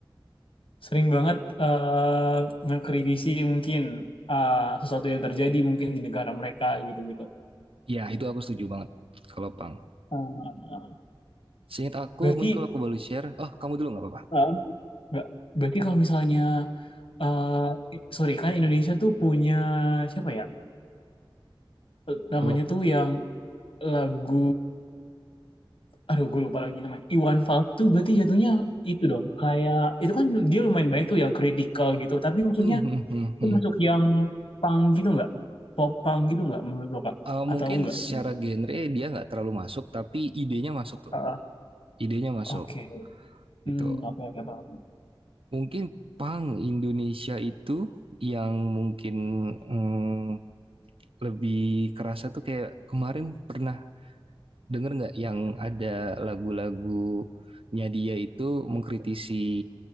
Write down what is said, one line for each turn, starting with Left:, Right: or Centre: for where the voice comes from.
Left: Sering banget eh, ngekritisi mungkin eh, sesuatu yang terjadi mungkin di negara mereka gitu-gitu.
Right: Ya, itu aku setuju banget kalau Pang.
Left: Eh,
Right: Seingat aku,
Left: berarti
Right: mungkin kalau aku boleh share, oh kamu dulu nggak apa-apa.
Left: eh, nggak- berarti kalau misalnya eh sorry kan Indonesia tuh punya siapa ya? Eh, Namanya
Right: Kalau
Left: tuh yang lagu, aduh gue lupa lagi namanya. Iwan Fals tuh berarti jatuhnya itu dong. Kayak itu kan dia lumayan banyak tuh yang kritikal gitu. Tapi maksudnya
Right: Hmm, hmm, hmm,
Left: itu
Right: hmm.
Left: masuk yang punk gitu nggak? Pop punk gitu nggak menurut lo kak?
Right: Eh,
Left: Atau
Right: mungkin
Left: enggak
Right: secara
Left: sebenarnya?
Right: genre dia nggak terlalu masuk, tapi idenya masuk tuh,
Left: Ah,
Right: idenya masuk
Left: Oke, Hmm,
Right: gitu.
Left: oke oke paham.
Right: Mungkin Pang Indonesia itu yang mungkin mm, lebih kerasa tuh kayak kemarin pernah Dengar nggak yang ada lagu-lagunya dia itu mengkritisi